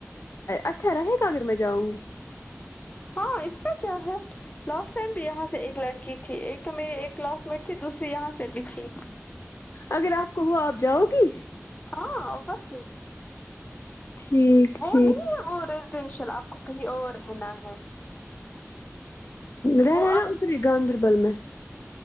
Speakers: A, on the left; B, on the left.
A: اچھا رہے گاگر میں جاؤں گی
B: ہاں اس میں کیا ہے لاسٹ ٹائم بھی یہاں سے ایک لڑکی تھی ایک تو میری ایک کلاس میٹ تھی دوسری یہاں سے بھی تھی
A: اگر آپ کو ہو آپ جاؤ گی
B: ہاں اوسلی
A: ٹھیک
B: وہ
A: ٹھیک
B: نہیں ہے وہ ر پوٹینشیل آپ کو کہیں اور رہنا ہے
A: رہنا
B: وہ اب
A: ہے نا اتری گاندربل بل میں